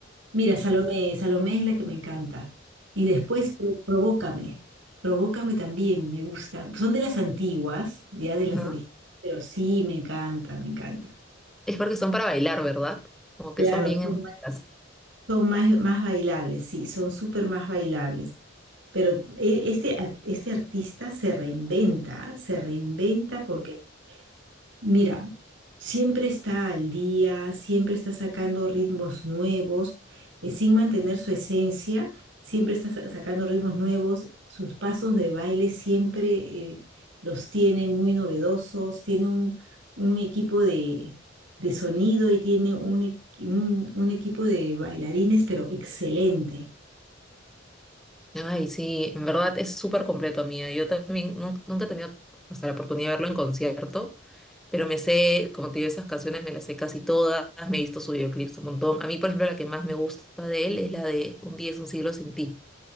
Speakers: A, on the right; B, in the centre.
A: Mira, Salomé, Salomé es la que me encanta. Y después Pro- Provócame. Provócame también, me gusta. Son de las antiguas, ya de las
B: Ajá.
A: originales, pero sí, me encanta, me encanta.
B: Es porque son para bailar, ¿verdad? Como que
A: Claro,
B: son bien
A: son
B: emotivas.
A: más, son más, más bailables, sí, son súper más bailables. Pero e- este, a- este artista se reinventa, se reinventa porque Mira, siempre está al día, siempre está sacando ritmos nuevos, eh, sin mantener su esencia, siempre está sa- sacando ritmos nuevos, sus pasos de baile siempre eh, los tiene muy novedosos, tiene un, un equipo de, de sonido y tiene un, e- un un equipo de bailarines, pero excelente.
B: Ay, sí, en verdad es súper completo, amiga. Yo también nun- nunca he tenido hasta la oportunidad de verlo en concierto, pero me sé, como te digo, esas canciones me las sé casi todas, me he visto sus videoclips un montón. A mí, por ejemplo, la que más me gusta de él es la de Un día es un siglo sin ti.